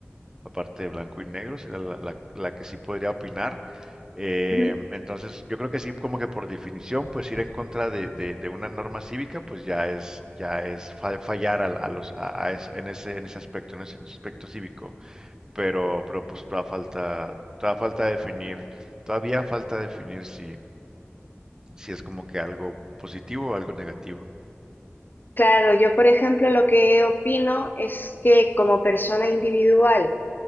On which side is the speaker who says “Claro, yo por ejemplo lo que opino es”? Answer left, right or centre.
Left